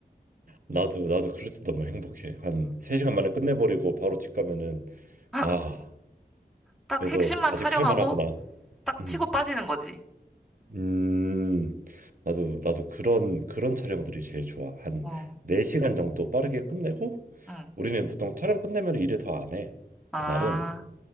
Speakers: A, on the right; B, in the centre.
A: 나도 나도 그럴 때 너무 행복해. 한 3시간 만에 끝내버리고 바로 집 가면은
B: <laughs>
A: 아,
B: 딱
A: 그래도
B: 핵심만
A: 아직
B: 촬영하고
A: 할 만하구나.
B: 딱
A: 음.
B: 치고 빠지는 거지.
A: 음. 나도 나도 그런 그런 촬영들이 제일 좋아. 한
B: 어,
A: 4시간 정도 빠르게 끝내고
B: 응.
A: 우리는 보통 촬영 끝내면 일을 더 안 해.
B: 아,
A: 그날은